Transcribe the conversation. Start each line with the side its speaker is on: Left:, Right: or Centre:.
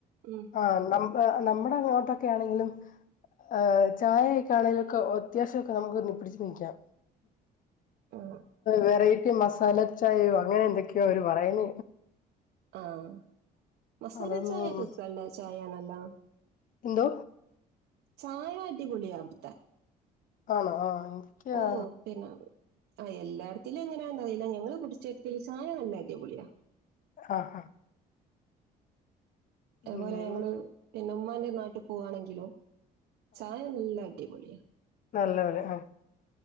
Right: ഉം
Left: ആഹ നമ്മ നമ്മുടെ അങ്ങോട്ടൊക്കെ ആണെങ്കിലും ആ ചായയൊക്കാ ആണെങ്കലൊക്കെ അത്യാവശ്യമൊക്കെ നമുക്ക്ന്ന്ി പിടിച്ചച്ച് നീക്കാം
Right: ആ
Left: വെറൈറ്റി മസാല ചായയോ അങ്ങനെ എന്തൊക്കെയോ അവര് പറയണ
Right: ആഹ മസാല
Left: അതൊന്നും
Right: ചായയക്കസല്ല ചായയാണല്ലോ
Left: എന്ത
Right: ചായ അടിപൊളിയ അവിടുത്ത
Left: ആണോ ആ എനിക്ക്
Right: ഓക്കെ
Left: ആ
Right: നാ ആഹ്ല്ലാടരത്തിലും എങ്ങനാന്ന അറിയില്ല ഞങ്ങള്ൾ പിടിച്ചെടുത്തി ചാ നല്ലായില്ല പൊളിയാ
Left: ആഹ ആഹ
Right: അതുപോലെ
Left: ഉം
Right: ഞങ്ങള് പിന്ന ഉമ്മാന്റെ നാട്ടിൽ പോവാണെങ്കിലോ ചായ നല്ല അി പോൊളിയ
Left: നല്ലവല ആ